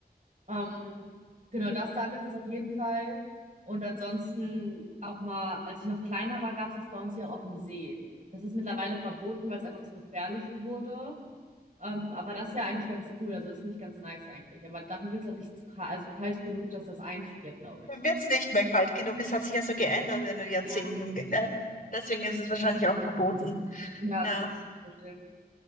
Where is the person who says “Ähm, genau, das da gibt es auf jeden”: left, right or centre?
Right